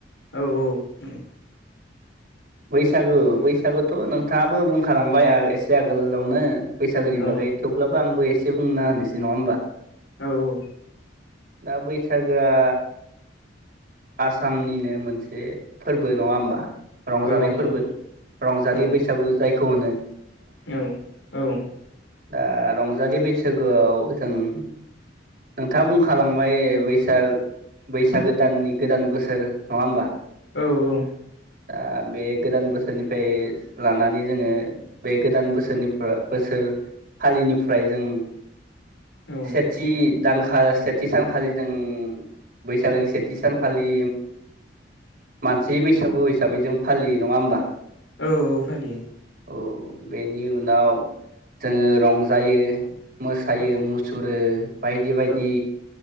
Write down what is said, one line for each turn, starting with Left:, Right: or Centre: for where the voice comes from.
Left: औ औ बुं।
Right: बैसागु बैसागुथ' नोंथाङाबो बुंखालांबाय आ एसे आगोलावनो बैसागोनि
Left: औ
Right: बागै थेवब्लाबो आंबो ए से बुंना होनोसै नङा होमबा?
Left: औ वौ
Right: दा बैसागोआ आसामनिनो मोनसे फोरबो नङा होमबा रंजानाय
Left: औ
Right: फोरबो
Left: नंगौ
Right: रंजालि
Left: औ
Right: बैसागु जाय खौनो
Left: औ औ।
Right: दा रंजालि बैसागोआव जों नोंथाङा बुंखालांबाय बैसाग बैसागोदाननि गोदान बोसोर नङा होमबा?
Left: औ औ।
Right: ओ‌ बे गोदान बोसोरनिफ्राय लानानै जोङो बे गोदान बोसोरनिफ्राय बोसोर फालिनिफ्राय जों
Left: औ
Right: सेथि दानखा सेथि सानखालि जों बैसागोनि सेथि सानखालि मानसै बैसागु हिसाबै जों फालि नङा होमबा?
Left: औ औ फालियो।
Right: औ बेनि उनाव जोङो रंजायो मोसायो
Left: औ
Right: मुसुरो बायदि बायदि
Left: औ